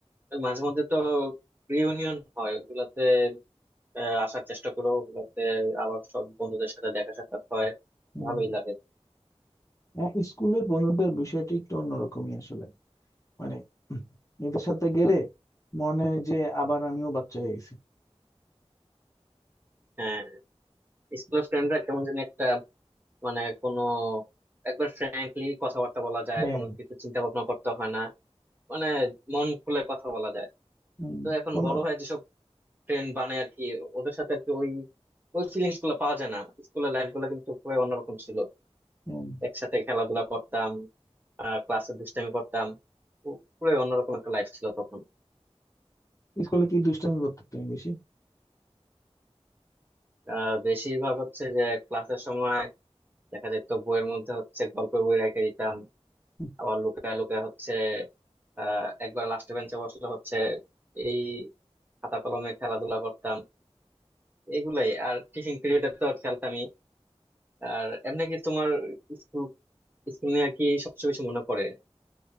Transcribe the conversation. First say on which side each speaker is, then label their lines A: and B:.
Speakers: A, on the right; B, on the left.
A: ওই মাঝে মধ্যে তো রিউনিয়ন হয় ওগুলাতে আহ, আসার চেষ্টা করো ওগুলাতে আবার সব বন্ধুদের সাথে দেখা সাক্ষাৎ হয়
B: হম
A: ভালোই লাগে
B: হ্যাঁ স্কুলের বন্ধুদের বিষয়টি একটু অন্যরকমই আসলে মানে উম, এদের সাথে গেলে মনে হয় যে আবার আমিও বাচ্চা হয়ে গেছি
A: হ্যাঁ স্কুলের ফ্রেন্ডরা কেমন যেন একটা মানে কোনো একবার ফ্র্যাঙ্কলি কথাবার্তা বলা যায়
B: হ্যাঁ
A: কোনো কিছু চিন্তা ভাবনা করতে হয় না মানে মন খুলে কথা বলা যায়
B: হম
A: তো এখন
B: কোনো
A: বড় হয়ে যেসব ফ্রেন্ড বানায় আর কি ওদের সাথে আর কি ওই ওই ফিলিংস গুলো পাওয়া যায় না স্কুলের লাইফ গুলো কিন্তু পুরো অন্যরকম ছিল
B: হম
A: একসাথে খেলাধুলা করতাম আর ক্লাসে দুষ্টামি করতাম পু- পুরো অন্যরকম একটা লাইফ ছিল তখন
B: স্কুলে কি দুষ্টামি করতে তুমি বেশি
A: আহ বেশিরভাগ হচ্ছে যে ক্লাসের সময় দেখা যেত বইয়ের মধ্যে হচ্ছে গল্পের বই রেখে দিতাম
B: হুম,
A: আবার লুকায় লুকায় হচ্ছে আহ একবার লাস্ট বেঞ্চে বসলে হচ্ছে এই খাতা কলমে খেলাধুলা করতাম এগুলাই আর টিফিন পিরিয়ডে তো খেলতামই আর এমনি কি তোমার স্কুল স্কুল নিয়ে কি সবচেয়ে বেশি মনে পড়ে